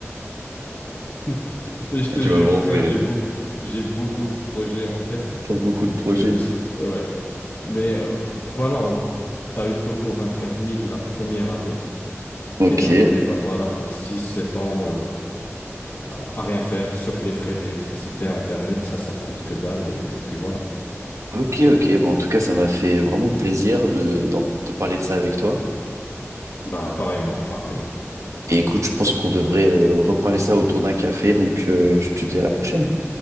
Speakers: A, on the left; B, on the right.
A: <laughs> Mais Je te
B: Tu
A: jure,
B: m'as vraiment
A: frère,
B: fait rire.
A: j'ai beaucoup, j'ai beaucoup de projets en tête.
B: T'as beaucoup de projets.
A: Je me suis. Ouais. Mais euh, voilà, on... t'as eu le topo vingt-quatre mille la première année.
B: Ok,
A: Et après, bah voilà, t'as six, sept ans. euh, à, à rien faire, sauf les frais d'électricité, internet, ça, ça coûte que dalle, et puis voilà, quoi.
B: ok, ok. Bon, en tout cas, ça m'a fait vraiment plaisir de, d'en- de parler de ça avec toi.
A: Bah, pareillement, pareillement.
B: Et écoute, je pense qu'on devrait euh, reparler ça autour d'un café, donc euh, je te dis à la prochaine.